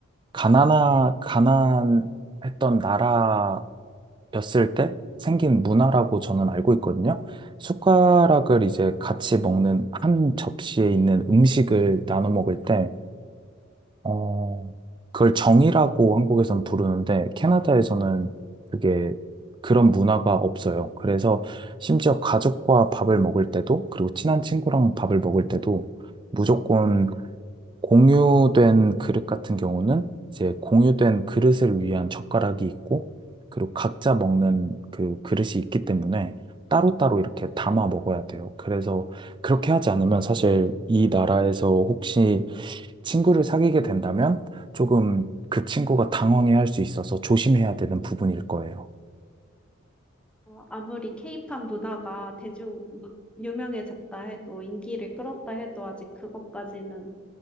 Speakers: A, on the right (about 20°); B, in the centre.
A: 가난하 가난했던 나라였을 때 생긴 문화라고 저는 알고 있거든요. 숟가락을 이제 같이 먹는 한 접시에 있는 음식을 나눠 먹을 때 어, 그걸 정이라고 한국에선 부르는데 캐나다에서는 그게 그런 문화가 없어요. 그래서 심지어 가족과 밥을 먹을 때도 그리고 친한 친구랑 밥을 먹을 때도 무조건 공유된 그릇 같은 경우는 이제 공유된 그릇을 위한 젓가락이 있고 그리고 각자 먹는 그 그릇이 있기 때문에 따로따로 이렇게 담아 먹어야 돼요. 그래서 그렇게 하지 않으면 사실 이 나라에서 혹시 친구를 사귀게 된다면 조금 그 친구가 당황해 할 수 있어서 조심해야 되는 부분일 거예요.
B: 어, 아무리 케이팝 문화가 대중 막 유명해졌다 해도 인기를 끌었다 해도 아직 그것까지는